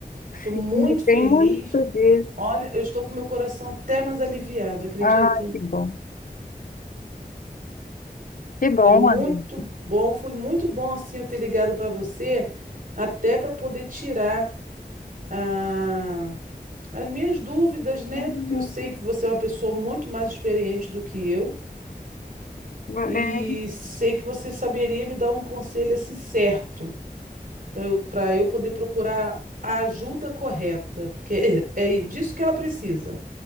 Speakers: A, on the right; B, on the left.
A: Estou muito
B: Sim,
A: feliz.
B: tem muito disso.
A: Olha, eu estou com meu coração até mais aliviado, acredita?
B: Ah, que bom. Que bom,
A: Foi muito
B: amiga.
A: bom, foi muito bom assim eu ter ligado para você, até para poder tirar Ah, as minhas dúvidas, né?
B: Uhum.
A: Porque eu sei que você é uma pessoa muito mais experiente do que eu
B: É,
A: e sei que você saberia me dar um conselho assim certo para eu, para eu poder procurar a ajuda correta, porque é, é disso que ela precisa,